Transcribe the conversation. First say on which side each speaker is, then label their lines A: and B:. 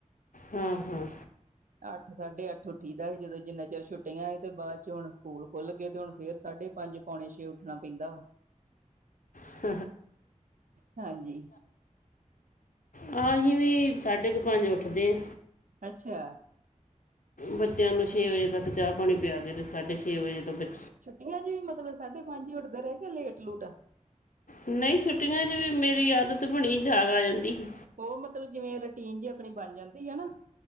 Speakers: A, on the left (about 80°); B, on the right (about 80°).
A: ਹਾਂ-ਹਾਂ।
B: ਅੱਠ ਸਾਢੇ ਅੱਠ ਉੱਠੀ ਦਾ ਹੀ ਜਦੋਂ ਜਿੰਨਾ ਚਿਰ ਛੁੱਟੀਆਂ ਸੀ ਤੇ ਬਾਦ 'ਚ ਹੁਣ ਸਕੂਲ ਖੁੱਲਗੇ ਤੇ ਹੁਣ ਫਿਰ ਸਾਡੇ ਪੰਜ-ਪੌਣੇ ਛੇ ਉੱਠਣਾ ਪੈਂਦਾ ਵਾ।
A: <inaudible>
B: ਹਾਂਜੀ
A: ਹਾਂਜੀ ਵੀ ਸਾਢੇ ਕ ਪੰਜ ਉੱਠਦੇ।
B: ਅੱਛਾ।
A: ਬੱਚਿਆਂ ਨੂੰ ਛੇ ਵਜੇ ਤੱਕ ਚਾਹ ਪਾਣੀ ਪਿਆ ਕੇ ਤੇ ਸਾਢੇ ਛੇ ਵਜੇ ਤੋਂ ਬੱਚ
B: ਏਨਾਂ ਜੀ ਮਤਲਬ ਸਾਢੇ ਪੰਜ ਈ ਉੱਠਦੇ ਰਏ ਕਿ ਲੇਟ-ਲੂਟ?
A: ਨਹੀਂ ਛੁੱਟੀਆਂ ਚ ਵੀ ਮੇਰੀ ਆਦਤ ਬਣੀ, ਜਾਗ ਆ ਜਾਂਦੀ ਹੀ।
B: ਓ ਮਤਲਬ ਜਿਵੇਂ ਰੂਟੀਨ ਜੇ ਆਪਣੀ ਬਣ ਜਾਂਦੀ। ਹੈ ਨਾ